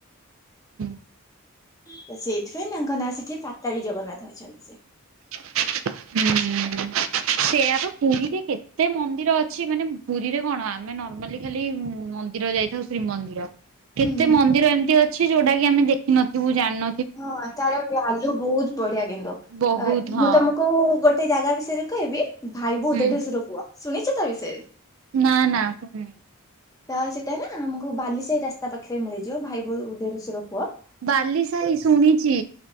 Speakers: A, on the right; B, on the left.
A: ହୁଁ।
B: ତ ସେଇଥିପାଇଁ ତାଙ୍କ ନାଁ ସେଠି ପାତାଳୀ ଜଗନ୍ନାଥ ଅଛନ୍ତି ସେ।
A: <inaudible> ସେଆ ପା ପୁରୀରେ କେତେ ମନ୍ଦିର ଅଛି ମାନେ ପୁରୀରେ କଣ ଆମେ ନର୍ମାଲି ଖାଲିି ମନ୍ ମନ୍ଦିର ଯାଇଥାଉ ଶ୍ରୀମନ୍ଦିର କେତେ
B: ହୁଁ।
A: ମନ୍ଦିର ଏମିତି ଅଛି ଯୋଉଟା କି ଆମେ ଦେଖିନଥିବୁ ଜାଣିନ
B: ହଁ ତାର ଭ୍ୟାଲୁ ବହୁତ ବଢିଆ କିନ୍ତୁ
A: ବହୁତ
B: ଆ
A: ହଁ
B: ମୁଁ ତମକୁ ମୁଁ ଗୋଟେ ଜାଗା ବିଷୟରେ କହିବି ଭାଇ ବୋହୁ
A: ହୁଁ
B: ଦେଢୁଶୁର ପୁଅ ଶୁଣିଚ ତା ବିଷୟରେ?
A: ନା ନା ଶୁଣନି।
B: ତ ସେଇଟା ନା ଆମକୁ ବାଲିସାହି ରାସ୍ତା ପାଖରେ ମିଳିଯିବ ଭାଇ ବୋହୁ ଦେଢୁଶୁର
A: ବାଲି ସାହି ଶୁଣିଚି